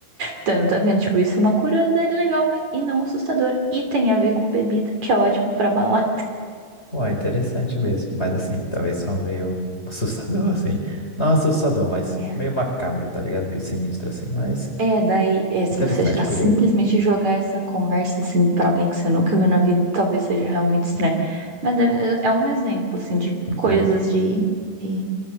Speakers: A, on the right (about 45°); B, on the left (about 15°).
A: Então, tá vendo? Tipo, isso é uma curiosidade legal mas... e não assustador. E tem a ver com bebida, que é ótimo pra balar.
B: Ué, interessante mesmo, mas assim, talvez só meio <laughs> assustador assim. Não assustador, mas
A: né?
B: meio macabro, tá ligado? Meio sinistro assim, mas
A: É, daí, é, se
B: interessante,
A: você a-
B: curioso.
A: simplesmente jogar essa conversa assim pra alguém que você nunca viu na vida, talvez seja realmente estranho. Mas deve- é é um exemplo, assim, de
B: Uhum.
A: coisas de, de